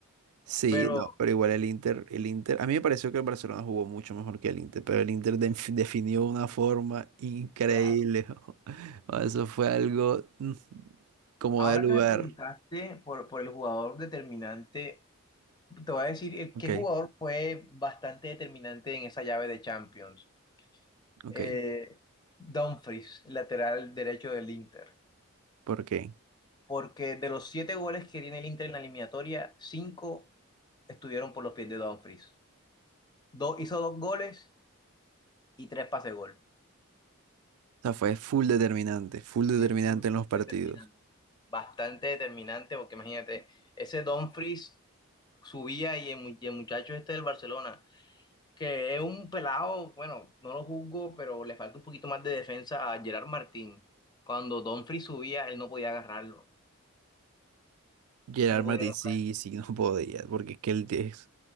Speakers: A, on the right; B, on the left.
A: Sí,
B: pero
A: no, pero igual el Inter, el Inter, a mí me pareció que el Barcelona jugó mucho mejor que el Inter, pero el Inter de- definió una forma increíble.
B: Claro.
A: <laughs> O Eso fue algo mm, como
B: Ahora
A: de lugar.
B: que me preguntaste por, por el jugador determinante, te voy a decir eh,
A: Ok,
B: qué jugador fue bastante determinante en esa llave de Champions.
A: ok,
B: Eh, Dumfries, lateral derecho del Inter.
A: ¿por qué?
B: Porque de los siete goles que tiene el Inter en la eliminatoria, cinco estuvieron por los pies de Dumfries. Do- hizo dos goles y tres pases gol.
A: O sea, fue full determinante, full determinante
B: Sí, full,
A: en los partidos.
B: determinante. Bastante determinante, porque imagínate, ese Dumfries subía y el, mu- y el muchacho este del Barcelona, que es un pelado, bueno, no lo juzgo, pero le falta un poquito más de defensa a Gerard Martín. Cuando Dumfries subía, él no podía agarrarlo.
A: Gerard
B: No podía
A: Martín,
B: agarrarlo.
A: sí, sí, no <laughs> podía, porque es que él es